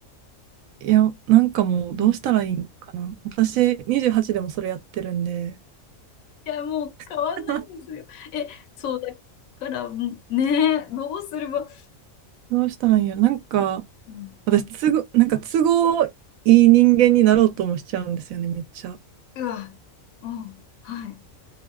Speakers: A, on the right; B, on the left.
A: いや、なんかもうどうしたらいいんかな。
B: うん。
A: 私、28でもそれやってるんで、
B: いや、もう変わんないんですよ。
A: <laughs>
B: え、そうだから、もうねえ、どうすれば、
A: どうしたらいいんやろ。なんか、
B: うん、
A: 私、都合、なんか都合いい人間になろうともしちゃうんですよね、めっちゃ。
B: うわ、うん、はい。